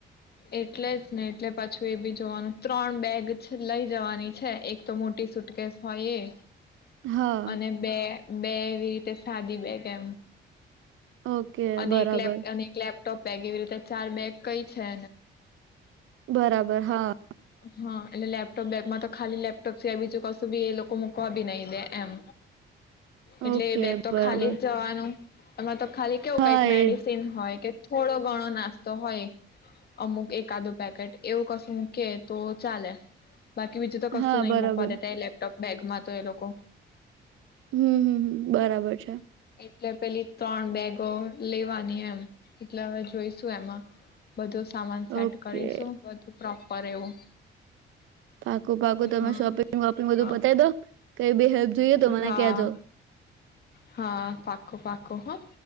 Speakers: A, on the left (about 50°); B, on the right (about 80°).
A: એટલે જ ને એટલે પાછું એ બી જોવાનું ત્રણ બેગ લઈ જવાની છે એક તો મોટી સુટકેસ હોય એ
B: હા,
A: અને બે બે એવી રીતે સાદી બેગ એમ.
B: ઓકે
A: અને
B: બરાબર.
A: એક લેપ અને એક લેપ ટોપ બેગ એવી રીતે ચાર બેગ થઈ છે.
B: બરાબર હા.
A: હા એટલે લેપટોપ બેગમાં તો ખાલી લેપટોપ સિવાય બીજું કશું બી એ લોકો મુૂકવા બી નહીિ દે એમ એટલે
B: ઓકે
A: એ બેગ તો
B: બરાબર.
A: ખાલી જ જવાનું. અમાં તો ખાલી કેવું
B: હા,
A: કઈક મેડિસિન
B: એજ.
A: હોય કે થોડો ઘણો નાસ્તો હોય અમુક એકાદું પેકેટ એવું કશું મૂકે તો ચાલે બાકી વિીજું તો કસું
B: હા,
A: નઈ
B: બરાબર.
A: મકવા દતા એ લેપટોપ બેગમાં તો એ લોકો
B: હમ હમ હમ બરાબર છે
A: એટલે પેલી ત્રણ બેગ તો લેવાની એમ એટલે હવે જોઈશું એમાં બધું સામાન સેટ
B: ઓકે.
A: કરીશું બધું પ્રોપર એવું
B: પાકું પાકું તમે
A: હા
B: શોપિંગ વોપિંગ બધું
A: હા
B: બતાય દો કઈ બી હેલ્પ જોઈએ તો મને
A: હા
B: કેજો.
A: હા પાકો પાકો હા.